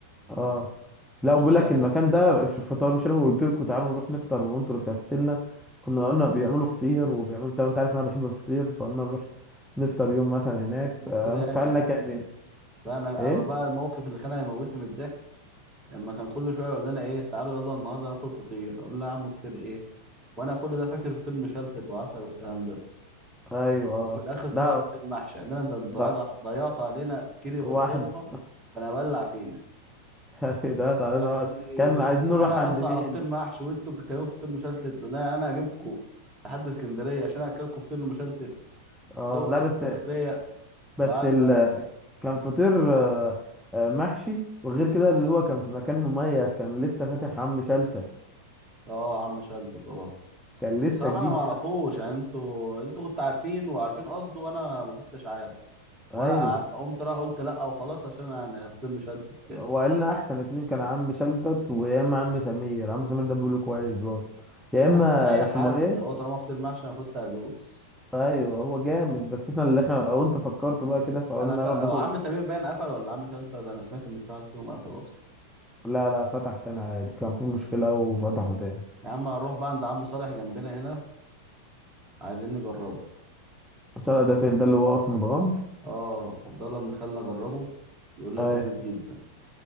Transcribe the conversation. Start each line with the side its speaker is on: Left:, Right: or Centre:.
Centre: اه لا
Right: مش
Centre: وبيقول لك
Right: غالية
Centre: المكان
Right: كويس
Centre: ده في الفطار مش انا قلت لكم تعالوا نروح نفطر وانتوا اللي كسلنا كنا قلنا بيعملوا فطير وبيعملوا بتاع انت عارف انا بحب الفطير فقلنا نروح نفطر يوم مثلا هناك
Right: المفطر
Centre: آه ندفع
Right: ايه بقت
Centre: لنا كام
Right: ايه
Centre: يعني
Right: ده انا
Centre: ايه
Right: أنا بقى الموقف اللي كان هيموتني من الضحك لما كان كل شويه يقول لنا ايه تعالوا يلا النهارده ناكل فطير اقول له يا عم فطير ايه وانا كل ده فاكر فطير مشلتت وعسل والكلام ده
Centre: ايوه اه
Right: وفي الاخر طلع
Centre: لا
Right: فطير محشي قال لنا انت انتوا
Centre: لا
Right: ضيعت ضيعت علينا كيري
Centre: واحد
Right: بسطرمه
Centre: <laughs>
Right: كان هيولع فينا
Centre: <laughs> ده تعالى
Right: يا ابني
Centre: نقعد. كان عايزين نروح
Right: انا
Centre: عند
Right: قصدي
Centre: مين
Right: على فطير محشي وانتوا بتتكلموا في فطير مشلتت بيقول لنا انا هجيبكم لحد اسكندريه عشان اكلكم فطير المشلتت
Centre: اه
Right: هو
Centre: لا
Right: انتوا
Centre: بس
Right: اغبياء
Centre: بس
Right: وقعد
Centre: ال...
Right: بقى
Centre: كان فطير آه، آه، محشي وغير كده اللي هو كان في مكان مميز كان لسه فاتح عم شلتت
Right: اه عم شلت طبعا
Centre: كان لسه
Right: بصراحه
Centre: جديد
Right: انا ما اعرفوش
Centre: بقى
Right: يعني انتوا انتوا كنتوا عارفين وعارفين قصده وانا ما كنتش عارف
Centre: ايوه
Right: وانا قع- قمت رايح قلت لا وخلاص عشان يعني افطر مشلت كده
Centre: وقالنا احسن اتنين كان عم شلتت ويا اما عم سمير عم سمير ده بيقوله كويس برضه يا اما
Right: يا عم اي
Centre: اسمه
Right: حد
Centre: ايه
Right: هو طالما فطير محشي انا كنت هدوس
Centre: ايوه هو جامد بس احنا اللي احنا وانت فكرته بقى كده فقلنا
Right: انا ف... أو
Centre: نروح ناكل
Right: عم سمير باين قفل ولا عم شلت ده انا سمعت ان في واحد فيهم قفل اصلا
Centre: لا لا فتح تاني عادي كان في مشكلة وفتحه تاني
Right: يا عم هنروح بقى عند عم صالح جنبنا هنا عايزين نجربه
Centre: الصلاة ده فين ده اللي واقف متغمر
Right: اه عبد الله بن خالنا جربه بيقول لك
Centre: اي
Right: جامد جدا